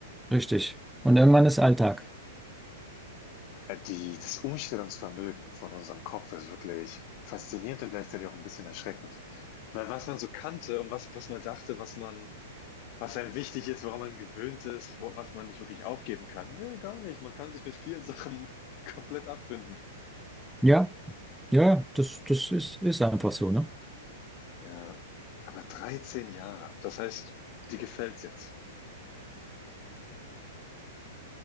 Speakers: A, in the centre; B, on the left.
A: richtig. Und irgendwann ist Alltag.
B: Äh, Die, das Umstellungsvermögen von unserem Kopf ist wirklich faszinierend und gleichzeitig auch ein bisschen erschreckend. Weil was man so kannte und was, was man dachte, was man Was einem wichtig ist, woran man gewöhnt ist, wo, was man nicht wirklich aufgeben kann. Nö, gar nicht. Man kann sich mit vielen Sachen <laughs> komplett abfinden.
A: Ja, ja, das, das ist, ist einfach so, ne?
B: Ja. Aber 13 Jahre. Das heißt, dir gefällt's jetzt.